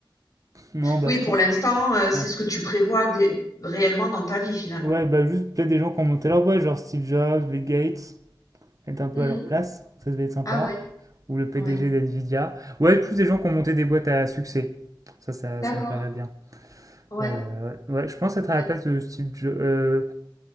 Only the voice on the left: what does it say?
Oui,
pour
l'instant, euh, c'est
ce que tu prévois dé- réellement dans ta vie finalement.
Mhm.
Ah ouais,
ouais.
D'accord.
Ouais.
Euh,